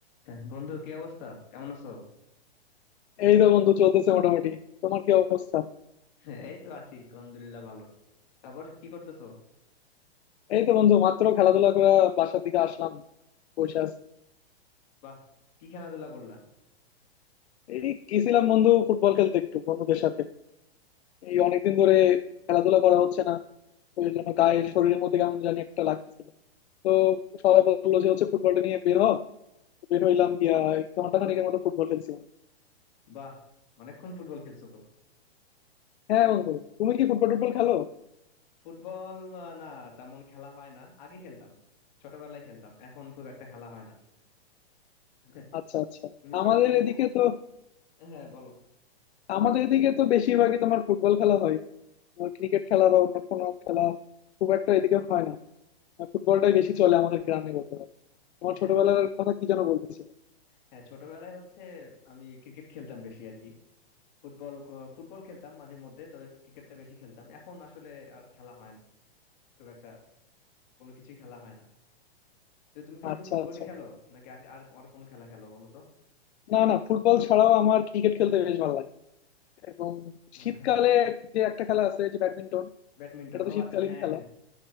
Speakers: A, on the left (about 45°); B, on the left (about 80°).
A: হ্যাঁ, বন্ধু কি অবস্থা কেমন আছো <laughs>
B: এই তো বন্ধু চলতেছে মোটামুটি তোমার কি অবস্থা
A: হ্যাঁ, এই তো আছি আলহামদুলিল্লাহ ভালো তারপর কি করতেছো
B: এই তো বন্ধু মাত্র খেলাধুলা করে বাসার দিকে আসলাম বসে আছি।
A: বাহ কি খেলাধুলা করলা
B: এই গেছিলাম বন্ধু ফুটবল খেলতে একটু বন্ধুদের সাথে এই অনেকদিন ধরে খেলাধুলা করা হচ্ছে না তো এই জন্য গায়ে শরীরের মধ্যে কেমন জানি একটা লাগতেছিল তো সবাই বললো যে হচ্ছে ফুটবলটা নিয়ে বের হ তো বের হইলাম গিয়া এক ঘন্টা খানেকের মতো ফুটবল খেলছি বন্ধু।
A: বাহ অনেকক্ষণ ফুটবল খেলছো তো
B: হ্যাঁ বন্ধু তুমি কি ফুটবল টুটবল খেলো
A: ফুটবল আহ, না তেমন খেলা হয় না আগে খেলতাম ছোটবেলায় খেলতাম এখন খুব একটা খেলা হয় না <laughs>
B: আচ্ছা আচ্ছা
A: তুমি
B: আমাদের
A: ছোটবেলায় কি-
B: এদিকে তো
A: হ্যাঁ বলো
B: আমাদের এদিকে তো বেশিরভাগই তোমার ফুটবল খেলা হয় ক্রিকেট খেলা বা অন্য কোনো খেলা খুব একটা এদিকে হয় না আর ফুটবলটাই
A: আচ্ছা
B: বেশি চলে আমাদের গ্রামে বলতে পারো আমার
A: হ্যাঁ
B: ছোটবেলার
A: ফুটবল
B: কথা কি যেন বলতেছিল
A: হ্যাঁ ছোটবেলায় হচ্ছে আমি ক্রিকেট খেলতাম বেশি আর কি ফুটবল ক- ফুটবল খেলতাম মাঝে মধ্যে তবে ক্রিকেটটা বেশি খেলতাম এখন আসলে আর খেলা হয় না খুব একটা কোনো কিছুই খেলা হয় না তো তুমি কি শুধু
B: আচ্ছা
A: ফুটবলই
B: আচ্ছা
A: খেলো নাকি আর আর আর কোনো খেলা খেলো বলো তো
B: না না ফুটবল ছাড়াও আমার ক্রিকেট খেলতে বেশ ভালো লাগে এবং
A: <laughs>
B: শীতকালে এক- যে একটা খেলা আছে যে ব্যাডমিন্টন
A: ব্যাডমিন্টন
B: এটা তো
A: ও
B: শীতকালীন
A: আচ্ছা হ্যাঁ
B: খেলা
A: হ্যাঁ